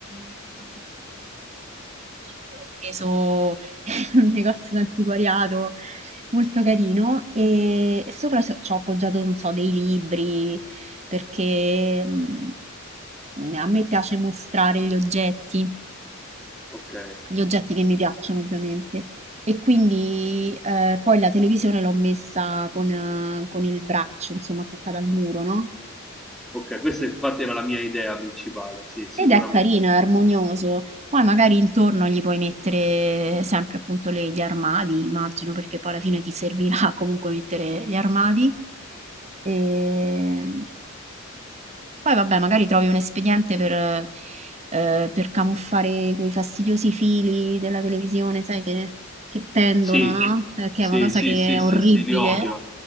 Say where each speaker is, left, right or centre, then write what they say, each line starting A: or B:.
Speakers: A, on the right; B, in the centre.
A: e ferro battuto molto carino, una chicca che ho preso <laughs> in un negozio d'antiquariato, molto carino, e, e sopra ci ho ci ho appoggiato, non so, dei libri, perché mm, a me piace mostrare gli oggetti.
B: Ok,
A: Gli oggetti che mi piacciono, ovviamente. E quindi eh, poi la televisione l'ho messa con, eh, con il braccio, insomma, attaccata al muro, no?
B: ok, questa infatti era la mia idea principale, sì, sicuramente.
A: Ed è carino, è armonioso. Poi magari intorno gli puoi mettere sempre appunto le- gli armadi, immagino, perché poi alla fine ti servirà <laughs> comunque mettere gli armadi. E, Poi vabbè, magari trovi un espediente per, eh, per camuffare quei fastidiosi fili della televisione, sai, che, che pendono,
B: Sì,
A: no? Eh, Che
B: sì,
A: è una cosa
B: sì,
A: che
B: sì,
A: è
B: sì,
A: orribile.
B: sì, li odio,